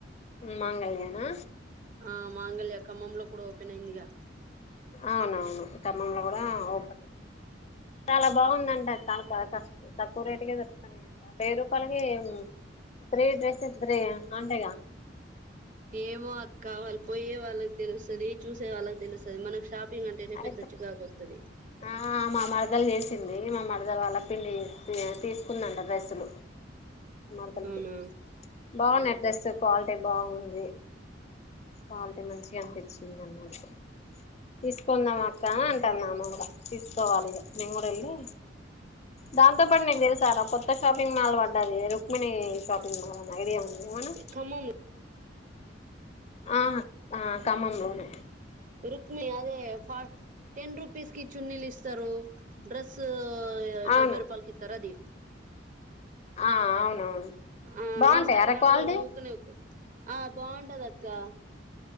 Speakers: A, on the left (about 35°); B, on the right (about 45°).
A: మాంగళ్యానా
B: ఆ మాంగళ్య ఖమ్మంలో కూడా ఓపెన్ అయిందిగా
A: అవునవును ఖమ్మంలో కూడా ఓపెన్ అయింది చాలా బాగుందంట చాలా తక్ తక్కువ రేటుకే దొరుకుతాన్నాయింట వెయ్యి రూపాయలకే ఇపుడే డ్రెస్ ఇపుడేయి <unintelligible>
B: ఏమో అక్క వాళ్ళు పోయే వాళ్ళకి తెలుస్తది చూసే వాళ్ళకి తెలుస్తది మనకు షాప్ పింగ్ అంటేనే
A: అయితే
B: పెద్ద చికాకు వస్తది
A: ఆ మా మరదలు చేసింది మా మరదల వాల్ల పిన్ని తీసుకుందంట డ్రెస్సులు మా మరదలికి
B: అవునా
A: బాగున్నాయి డ్రెస్సు క్వాలిటీ బాగుంది క్వాలిటీ మంచిగ అనిపించింది అన్నమాట తీసుకుందాం అక్క అంటాంది ఆమె కూడా తీసుకోవాలి ఇక మేము కూడా వెళ్ళి దాంతో పాటు నీకు తెలుసారా కొత్త షాపింగ్ మాల్ పడ్డది రుక్మిణి షాపింగ్ మాల్ అని ఐడియా ఉందా ఔను
B: ఖమ్మం
A: ఆ ఆ ఖమ్మంలో అవును
B: రుక్మి అదే ఫ టెన్ రూపీస్ కి చున్నీలు ఇస్తరు డ్రెస్
A: అవును
B: డెబ్బై రూపాయలకి ఇత్తరు అది
A: ఆ అవునవును
B: ఆ
A: బాగుంటాయి
B: ఇన్స్టాగ్రామ్
A: అరా క్వాలిటీ
B: లో ఊకనే ఒత్తయి ఆ బాగుంట ఉండదక్కా